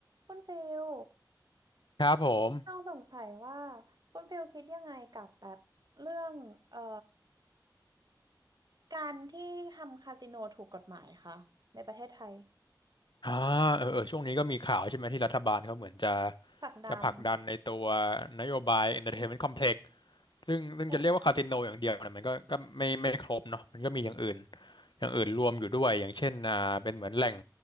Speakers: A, on the right (about 60°); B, on the left (about 80°).
A: คุณฟิล
B: ครับผม
A: ต้องสงสัยว่าคุณฟิลคิดยังไงกับแบบเรื่อง เอ่อ การที่ทำคาสิโนถูกกฎหมายคะในประเทศไทย
B: อ่าเออเออช่วงนี้ก็มีข่าวใช่ไหมที่รัฐบาลเขาเหมือนจะ
A: ศักดาน
B: จะผลักดันในตัวนโยบาย Entertainment Complex ซึ่งซึ่งจะเรียกว่าคาสิโนอย่างเดียวเนี่ยมันก็ก็ไม่ไม่ครบเนาะมันก็มีอย่างอื่น
A: ใช่ใช่
B: อย่างอื่นรวมอยู่ด้วยอย่างเช่นอ่าเป็นเหมือนแหล่ง